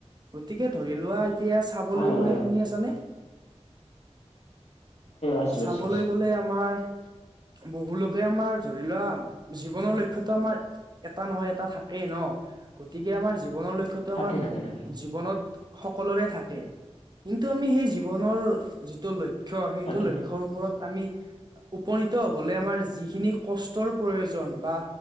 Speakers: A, on the right; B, on the left.
A: গতিকে ধৰি লোৱা, এতিয়া চাবলৈ
B: হয়
A: গ'লে,
B: হয়
A: শুনি আছানে? হয়
B: আছো
A: চাবলৈ
B: আছো আছো
A: গলে আমাৰ বহুলোকে আমাৰ ধৰি লোৱা জীৱনৰ লক্ষ্যতো আমাৰ এটা নহয় এটা থাকেই ন গতিকে আমাৰ জীৱনৰ লক্ষ্যত তো
B: তাকে
A: আমাৰ
B: তাকে তাকে
A: জীৱনত সকলোৰে থাকে কিন্তু আমি সেই জীৱনৰ যিটো লক্ষ্ ক্ষ্য সেইটো
B: তাকে
A: লক্ষ্যয়ৰ ওপৰত আমি উপনীত হবলৈ আমাৰ যিখিনি কষ্টৰ প্ৰয়োজন বা